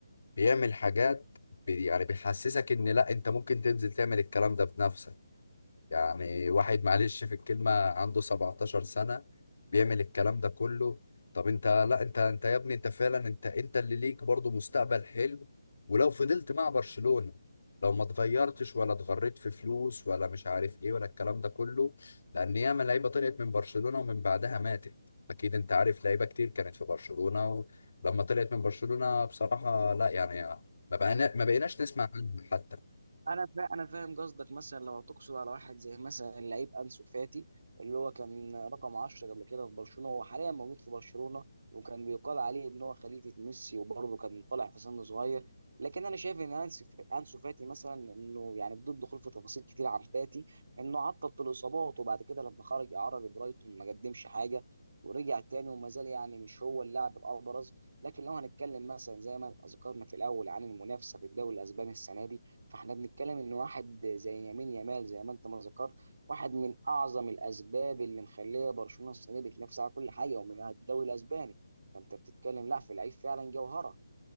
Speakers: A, on the left; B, on the right.
A: بيعمل حاجات بي- يعني بيحسسك ان لا انت ممكن تنزل تعمل الكلام ده بنفسك يعني واحد معلش في الكلمة عنده 17 سنة بيعمل الكلام ده كله طب انت لا انت انت يا ابني انت فعلا انت انت اللي ليك برضو مستقبل حلو ولو فضلت مع برشلونة لو ما اتغيرتش ولا اتغريت في فلوس ولا مش عارف ايه ولا الكلام ده كله لان ياما لعيبة طلعت من برشلونة ومن بعدها ماتت اكيد انت عارف لعيبة كتير كانت في برشلونة ولما طلعت من برشلونة بصراحة لا يعني ما بقينا ما بقيناش نسمع عنهم حتى
B: انا فا... انا فاهم قصدك مثلا لو تقصد على واحد زي مثلا اللعيب انسو فاتي اللي هو كان رقم 10 قبل كده في برشلونه هو حاليا موجود في برشلونه وكان بيقال عليه ان هو خليفه ميسي وبرضه كان طالع في سن صغير لكن انا شايف ان انسو انسو فاتي مثلا انه يعني بدون دخول في تفاصيل كتير عن فاتي انه عطل طول الاصابات وبعد كده لما خرج اعاره لبرايتون ما قدمش حاجه ورجع تاني وما زال يعني مش هو اللاعب الابرز لكن لو هنتكلم مثلا زي ما ذكرنا في الاول عن المنافسه في الدوري الاسباني السنه دي فاحنا بنتكلم ان واحد زي يمين يامال زي ما انت ما ذكرت واحد من اعظم الاسباب اللي مخليه برشلونه السنه دي بتنافس على كل حاجه ومنها الدوري الاسباني فانت بتتكلم لا في لعيب فعلا جوهره